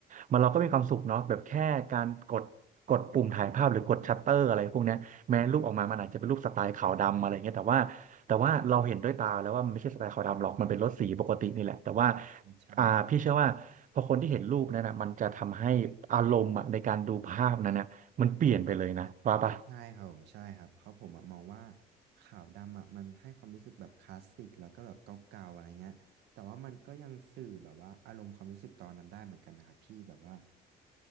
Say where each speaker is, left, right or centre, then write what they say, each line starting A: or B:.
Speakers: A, on the right (about 50°); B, on the right (about 80°).
A: มันเราก็มีความสุขเนาะแบบแค่การกดกดปุ่มถ่ายภาพหรือกดชัตเตอร์อะไรพวกเนี้ยแม้รูปออกมามันอาจจะเป็นรูปสไตล์ขาวดำอะไรเงี้ยแต่ว่าแต่ว่าเราเห็นด้วยตาแล้วว่ามันไม่ใช่สไตล์ขาวดำหรอกมันเป็นรถสีปกตินี่แหละแต่ว่า
B: ใช่
A: อ่าพี่เชื่อว่าพอคนที่เห็นรูปนั้นนะมันจะทำให้อารมณ์อะในการดูภาพนั้นนะมันเปลี่ยนไปเลยนะว่าปะ
B: ใช่ครับผมใช่ครับเพราะผมอะมองว่าขาวดำอะมันให้ความรู้สึกแบบคลาสสิกแล้วก็แบบเก่าๆอะไรเงี้ยแต่ว่ามันก็ยังสื่อแบบว่าอารมณ์ความรู้สึกตอนนั้นได้เหมือนกันนะครับพี่แบบว่า